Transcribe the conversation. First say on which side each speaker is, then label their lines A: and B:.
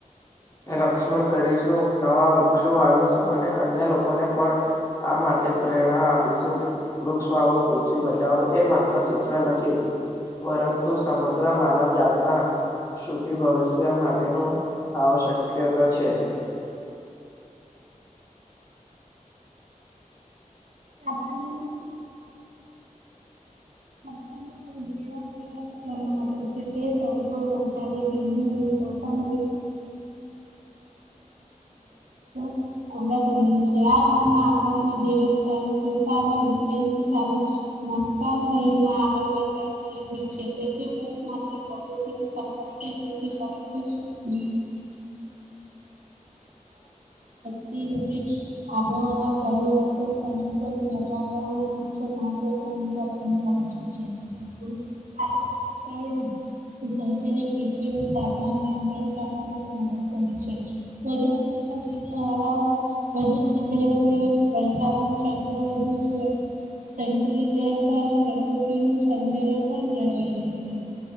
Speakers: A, on the left (about 25°); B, on the right (about 75°).
A: રક્ષણ કરીશું નવા વૃક્ષો વાવીશું અને અન્ય લોકોને પણ આ માટે પ્રેરણા આપીશું વૃક્ષ વાવો પૃથ્વી બચાવો એ મા ત્ર સૂત્ર નથી પરંતુ સમગ્ર માનવ જાતના સુખી ભવિષ્ય માટેનું આવશ્યકતા છે
B: આપણને આપણને જીવન જીવાની પ્રણાલી છે તે તડકો રણકારી ફ પરિસ્થ કાર <unintelligible> અલગ રહે છે આ ગુણમાં આપણને ધીરજ સનશીલતા અને મુશ્કેલની સામે મક્કામ રહીને આગળ તેમ છેટે છે તેથી વૃક્ષ માટે પ્રકૃતિ નો <unintelligible> વિરુદ્ધ સંબંધિત <unintelligible> આબોહવા, પરિવર્તન, સમસ્યા ને જતા રહેવા ના વૃષન મહત્ <unintelligible> <inaudible> <unintelligible> ને પૃથ્વી તાપમાન નિયંત્રણ કરવા માટે મદદ કરે છે. <unintelligible> થશે તો આવા વધુ સુધર સે વરસાદનું ચૈત્ર વધુ છે સંતુલિત રહેશે અને પ્રકૃતિ નું સૌંદર્ય પણ જળવાઈ રહેશે.